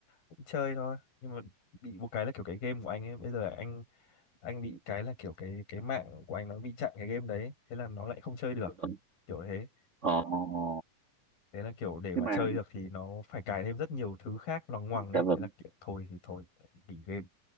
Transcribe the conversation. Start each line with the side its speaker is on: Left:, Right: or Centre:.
Left: cũng chơi thôi nhưng mà bị một cái là kiểu cái game của anh ấy bây giờ là anh anh bị cái là kiểu cái cái mạng của anh nó bị chặn cái game đấy thế là nó lại không chơi được
Right: dạ vâng
Left: kiểu thế
Right: ờ ờ, ờ.
Left: thế là kiểu để
Right: nhưng
Left: mà
Right: mà
Left: chơi được thì nó phải cài thêm rất nhiều thứ khác loằng ngoằng
Right: dạ
Left: ấy
Right: vâng
Left: thế là kiểu thôi thì thôi nghỉ game